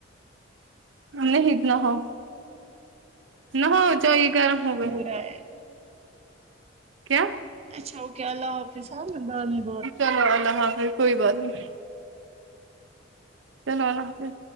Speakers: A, on the right; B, on the right.
A: نہیں نہ ہ نہ ہ چای گرم ہوگۓ
B: ہاے
A: کیا
B: اچھا اوکے اللہ او کے سہ میں بعم
A: چلو اللہ حافظ کوئی بات نہیں چلونا پھر